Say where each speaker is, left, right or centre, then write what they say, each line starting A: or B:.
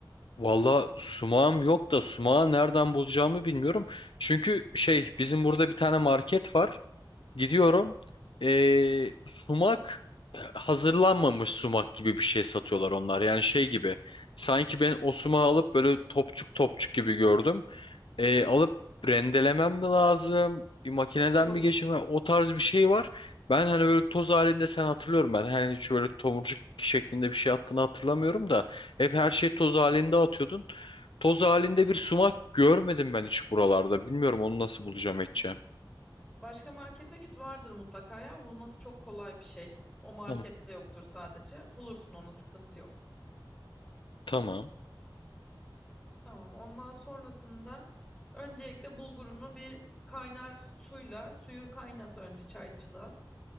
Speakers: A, on the left; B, on the left.
A: Valla sumağım yok da sumağı nereden bulacağımı bilmiyorum. Çünkü şey bizim burada bir tane market var. Gidiyorum. Ee, sumak e, hazırlanmamış sumak gibi bir şey satıyorlar onlar. Yani şey gibi. Sanki ben o sumağı alıp böyle topçuk topçuk gibi gördüm. E, alıp rendelemem mi lazım? Bir makineden
B: Yok
A: mi geçirmem? O tarz bir şey var. Ben hani böyle toz halinde sen hatırlıyorum ben. Hani hiç böyle tomurcuk şeklinde bir şey attığını hatırlamıyorum da. Hep her şey toz halinde atıyordun. Toz halinde bir sumak görmedim ben hiç buralarda. Bilmiyorum onu nasıl bulacağım edeceğim.
B: başka markete git vardır mutlaka ya. Bulması çok kolay bir şey. O markette
A: Tamam.
B: yoktur sadece. Bulursun onu sıkıntı yok.
A: Tamam.
B: Tamam. Ondan sonrasında öncelikle bulgurunu bir kaynar suyla suyu kaynat önce çaycıda.